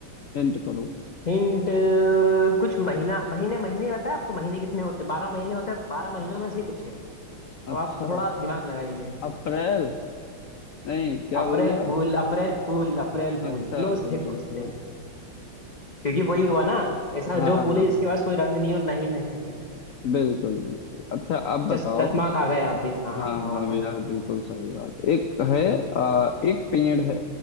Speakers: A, on the left; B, on the left.
A: हिंट करो
B: हिंट कुछ महीना महीने महीने बताया आपको महीने कितने होते हैं बारह महीने होते हैं बारह महीनों में से ही कुछ है
A: अच्छा
B: अब आप थोड़ा दिमाग लगाइए
A: अप्रैल नहीं क्या
B: April
A: बोले आप
B: fool April fool April fool
A: अच्छा
B: Close
A: अप्रैल
B: थे क्लोज
A: फूल
B: थे क्योंकि वही हुआ ना ऐसा
A: हाँ
B: जो फूल
A: हाँ
B: है जिसके पास कोई रंग नहीं और ना ही महक है
A: बिल्कुल बिल्कुल अच्छा अब बताओ
B: चस चकमा खा गए आप भी हाँ
A: हाँ
B: हाँ बताओ
A: हाँ
B: बताओ
A: यार बिल्कुल सही बात एक है आ, एक पेड़ है